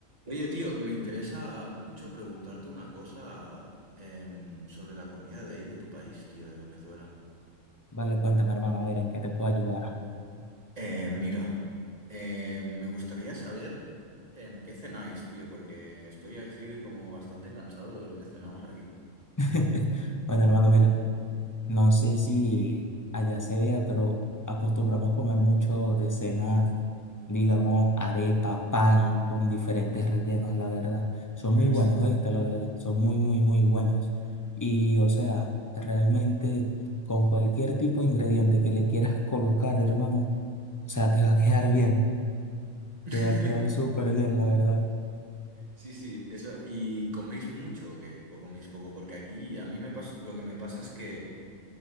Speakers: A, on the right; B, on the left.
A: Oye, tío, me interesa mucho preguntarte una cosa em, sobre la comida de ahí, de tu país, tío, de Venezuela.
B: Vale, cuéntame, hermano, a ver en qué te puedo ayudar.
A: Eh, mira, eh, me gustaría saber em, qué cenáis, tío, porque estoy así como bastante cansado de lo que cenamos aquí.
B: <laughs> Bueno, hermano, mira, no sé si allá se vea, pero acostumbramos comer mucho de cena, digamos, arepa, pan con diferentes rellenos, la verdad. Son muy
A: Ujú.
B: buenos, ¿viste? La verdad, son muy, muy, muy buenos. Y, o sea, realmente con cualquier tipo de ingrediente que le quieras colocar, hermano, o sea, te va a quedar bien,
A: <laughs>
B: te va a quedar súper bien, la verdad.
A: Sí, sí, eso. ¿Y coméis mucho o qué? ¿O coméis poco? Porque aquí a mí me pasa, lo que me pasa es que